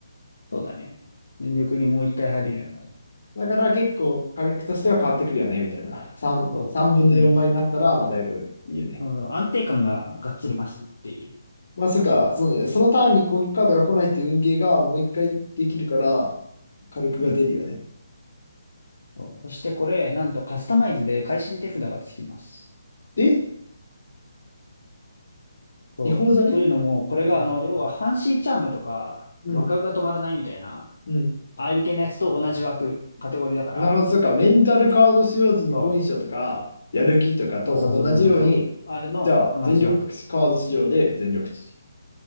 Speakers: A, on the left; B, on the left.
A: そうだね。全力にもう一回入るようになる
B: だから結構火力としては変わってくるよね、みたいな。3、
A: と、
B: 3分の4倍になったら、
A: うん。
B: まあだいぶいいよね。
A: うん、安定感ががっつりますっていう
B: まあそっか、
A: 差はある。
B: そうだね。そのターンに攻撃カードが来ないっていう運ゲーがもう一回できるから、火力が出るよね。
A: うん。そうそしてこれ、なんとカスタマイズで開始手札がつきます。
B: え
A: そう。
B: 違法じゃね
A: というのも、これがあの、
B: うん。
A: 要はハンシーチャームとか、
B: うん。
A: 枠が止まらないみたいな、
B: うん
A: ああいう系のやつと同じ枠、カテゴリーだから、
B: なるほど、そっか。メンタルカード使用時に好印象とか、
A: そ
B: やる気とかと同じように、
A: う。そうそうそうそうそう。あれの同じ枠。
B: じゃあ全力カード使用で全力値。